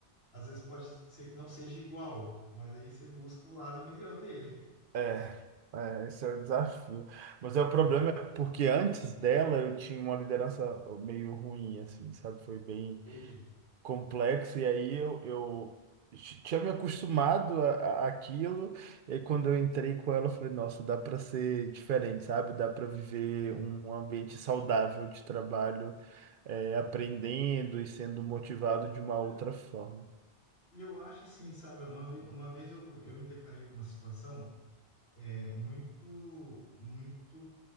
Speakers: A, on the left; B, on the right.
A: às vezes pode ser que não seja igual, mas aí você busca o lado melhor dele.
B: É,
A: <laughs>
B: é, esse é o desafio. Mas é o problema
A: É,
B: é porque antes dela eu tinha uma liderança meio ruim, assim, sabe? Foi bem
A: Entendi.
B: complexo, e aí eu, eu ti- tinha me acostumado a, a- àquilo, e aí quando eu entrei com ela, eu falei, nossa, dá para ser diferente, sabe? Dá para viver
A: É.
B: um ambiente saudável de trabalho, é, aprendendo e sendo motivado de uma
A: Olha,
B: outra forma.
A: e eu acho assim, sabe, uma vez, uma vez eu, eu me deparei com uma situação é, muito, muito